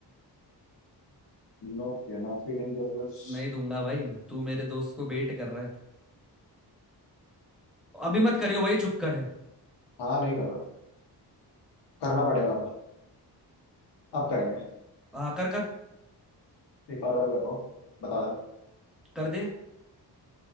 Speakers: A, on the left; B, in the centre.
A: No we are not feeling your बस
B: नहीं दूंगा भाई तू मेरे दोस्त को बेट कर रहा है अभी मत करियो भाई चुप कर है
A: हाँ नहीं कर रहा करना पड़ेगा पर अब करेंगे
B: आ कर कर
A: एक और बार कर रहा हूँ बता देना
B: कर दे